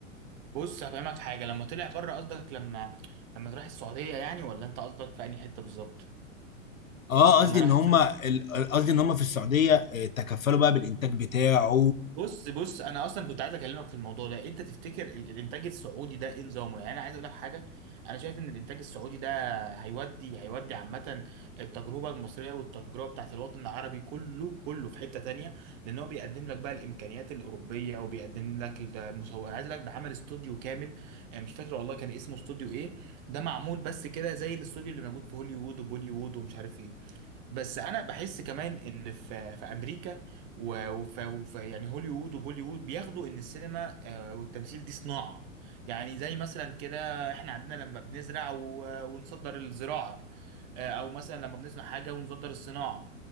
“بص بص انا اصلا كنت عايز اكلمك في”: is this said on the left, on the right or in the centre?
Right